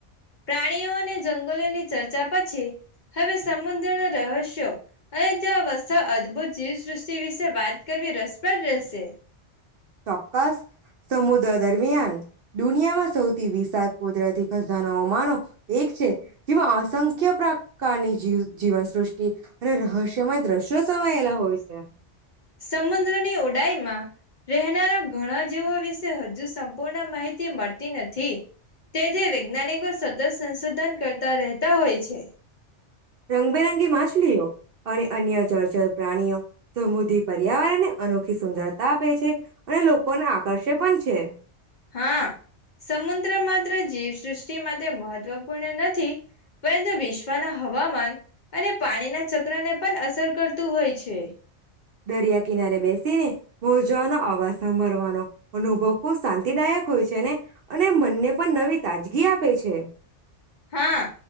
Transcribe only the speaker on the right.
ચોક્કસ, સમુદ્ર દરમિયાન ડુનિયામાં સ સૌથી વિશાદ કુદરતી ખજાનો અમારો એક છે. જેમાં અસંખ્ય પ્રકૃતિ કની જીવ જીવન સૃષ્ટિ અને રહસ્યમાંય દ્રશ્યો સમાયેલા હોય છે
રંગબેરંગી માછલીઓ અને અન્ય જર ચ પ્રાણીઓ સમુદ્રી પર્યાવરણને અનોખી સુંદરતા આપે છે અને લોકોને આકર્ષે પણ છે.
દરિયા કિનારે બેસીને મોજાનો આવાજ સંભરવાદ તો અનુભવ ખુબ શાંતિદાયક હોય છે. ને અને મનને પણ નવી તાજગી આપે છે.